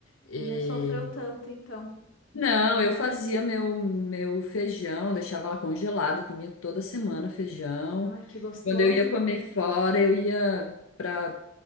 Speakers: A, on the left; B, on the left.
A: E
B: Né? Sofreu tanto, então.
A: Não, eu fazia meu, meu feijão, deixava lá congelado, comia toda semana feijão.
B: Ai, que gostoso.
A: Quando eu ia comer fora, eu ia para